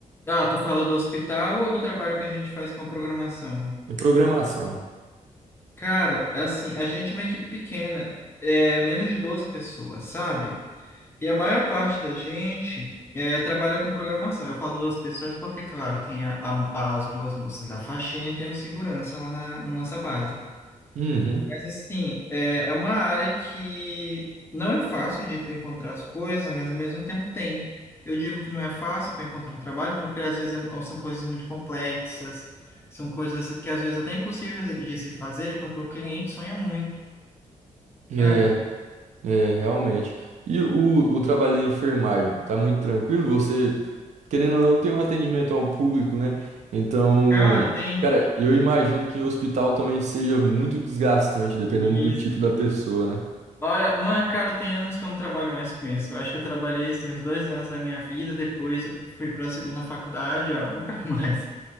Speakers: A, on the left (about 20°); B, on the right (about 65°).
A: Ah, tu fala do hospital ou do trabalho que a gente faz com a programação?
B: É programação.
A: Cara, assim, a gente é uma equipe pequena, é menos de 12 pessoas, sabe? E a maior parte da gente é, trabalha com programação. Eu falo duas pessoas porque, claro, tem a- a- as duas moças da faxina e tem um segurança lá na, na nossa base.
B: Uhum.
A: Mas assim, é, é uma área que não é fácil de tu encontrar as coisas, mas ao mesmo tempo tem. Eu digo que não é fácil para encontrar trabalho, porque às vezes é- é, são coisas muito complexas, são coisas que às vezes até impossíveis de se fazerem, porque o cliente sonha muito, sabe?
B: É, é, realmente. E o, o trabalho da enfermagem? Tá muito tranquilo? Você, querendo ou não, tem um atendimento ao público, né? Então,
A: Cara, tem
B: cara, eu imagino que o hospital também seja muito desgastante, dependendo
A: isso.
B: do tipo da pessoa, né?
A: Olha, mas cara, tem anos que eu não trabalho mais com isso. Eu acho que eu trabalhei, isso tem uns dois anos da minha vida, depois eu fui para a segunda faculdade, ó, <laughs> nunca mais.